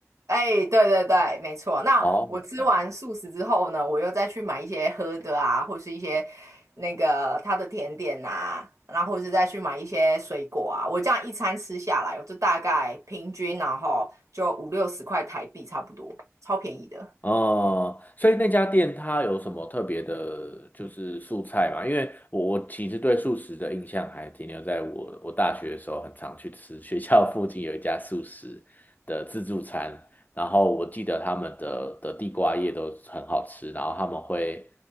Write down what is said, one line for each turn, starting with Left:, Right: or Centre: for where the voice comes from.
Right: 哎，对对对，没错。那我吃完素食之后呢，
Left: 哦，嗯。
Right: 我又再去买一些喝的啊，或是一些那个它的甜点啊，然后或是再去买一些水果啊。我这样一餐吃下来哦，我就大概平均然后就五六十块台币差不多，超便宜的。
Left: 哦，所以那家店它有什么特别的，就是素菜嘛？因为我我其实对素食的印象还停留在我我大学的时候，很常去吃学校 <laughs> 附近有一家素食的自助餐，然后我记得他们的的地瓜叶都很好吃，然后他们会